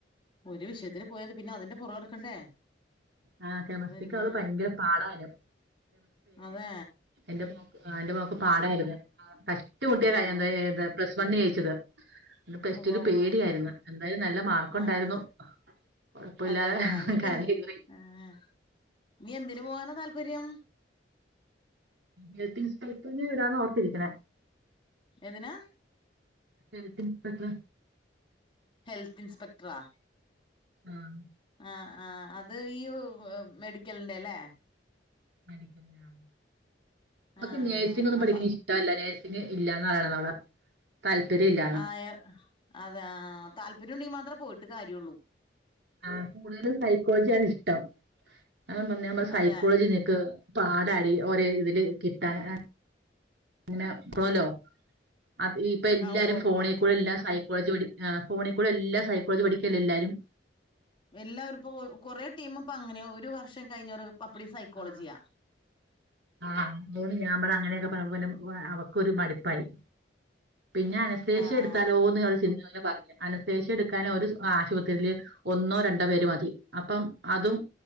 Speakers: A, on the left; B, on the right.
A: ഒരു വിഷയത്തിന് പോയതി പിന്നെ അതിന്റെ പുറകേ നടക്കണ്ടേ
B: ആഹ കെമിസ്ട്രിക്ക്‌
A: അതന്നെ
B: അത്‌ ഭയങ്കര പാടാന്
A: അതേ
B: എന്റെ മോക്ക് എന്റെ മോക്ക് പാടായിരുന്നു കഷ്ടിമുട്ടിയ
A: ഉവ്വ
B: <unintelligible>
A: ഉവ്വ
B: ഏന്താ പ്ലസ് വണ് ജയിച്ചത് പ്ലസ്
A: ഉവ്വ
B: ടൂ ല്
A: ഉവ്വ
B: പേടിയായിരുന്നു എന്തായാലും നല്ല മാർക്കുണ്ടായിരുന്നു
A: ആഹ്
B: കൊഴപ്പമില്ലാതെ
A: അതെല്ലേ ഇനിയിപ്പ
B: കര
A: എ
B: കേറി
A: ആഹ് ഇനി എന്തിന് പോകാനാ താല്പര്യം
B: ഹെൽത്ത്‌ ഇൻസ്‌പെക്ടർന് വിടാന്ന് ഓർത്തിരിക്കണേ
A: ഏതിനാ
B: ഹെൽത്ത് ഇൻസ്‌പെക്ടറാ
A: ഹെൽത്ത് ഇൻസ്പെക്ടറാ?
B: ആഹ്
A: ആഹ് ആഹ് അത് ഈ മെഡിക്കലിന്റെ ലേ
B: മെഡിക്കൽ ആഹ് അവക്ക്‌
A: ആഹ്
B: നേഴ്സിംങ്ങൊന്നും
A: ആഹ്
B: പഠിക്ക്‌ണ
A: അപ്പ
B: ഇഷ്ട്ട അല്ല നെ ഴ്സിങ് ഇല്ലാന്നാ പറിണതവള് താല്പര്യ ഇല്ല
A: ആഹ് ഏ അതാ താല്പര്യം ഉണ്ടെങ്കി മാത്രേ പോയിട്ട് കാര്യള്ളൂ
B: ആഹ് കൂടുതലും സൈക്കോളജ്യാണ് ഇഷ്ടം ഞാൻ പറഞ്ഞ് സൈക്കോളജി
A: അതെ
B: നിനക്ക് പാടാടീ ഒരേ ഇതില് കിട്ടാന് അ അങ്ങനെ <unintelligible> അത് ഇപ്പൊ എല്ലാരും
A: ആഹ് ഉവ്വ
B: ഫോണി
A: ഉവ്വ
B: കൂടെല്ലാ സൈ ക്കോളജി പഠിക്കാ ഫോണികൂടെ എല്ലാ സൈക്കോളജി പഠിക്കല് എല്ലാരും.
A: എല്ലാവരും ഇപ്പോ കൊറേ ടീമ് ഇപ്പൊ അങ്ങനെ ഒരു വർഷം കഴിഞ്ഞവര് അപ്പടി സൈക്കോളജ്യ
B: ആഹ് ആഹ് മോള് ഞാൻ പറ അങ്ങനെയൊക്കെ പറഞ്ഞപ്പൊ പിന്നെ അവള്ക്കൊരു മട്പ്പായി പിന്നെ അനസ്ഥേഷ്യ
A: ആഹ്
B: ഇട്ത്താലോന്നൊര് ചിന്ത പറഞ്ഞു അനസ്ഥേഷ്യ എട്ക്കാന് ഒരു ആശുപത്രില് ഒന്നോ രണ്ടോ പേര് മതി അപ്പം അതും